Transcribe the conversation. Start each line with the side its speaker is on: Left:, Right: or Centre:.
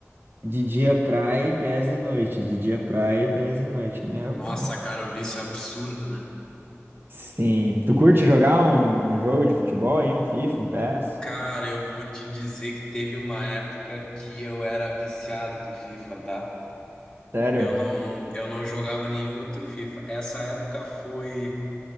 Right: de dia praia e PS de noite, de dia praia e PS de noite. Meu
Left: Nossa,
Right: pai.
Left: cara, o vício é absurdo, né?
Right: Sim. Tu curte jogar um, um jogo de futebol aí, um FIFA, um PES?
Left: Cara, eu vou te dizer que teve uma época que eu era viciado do FIFA, tá?
Right: Sério?
Left: Eu não, eu não jogava nenhum outro FIFA. Essa época foi.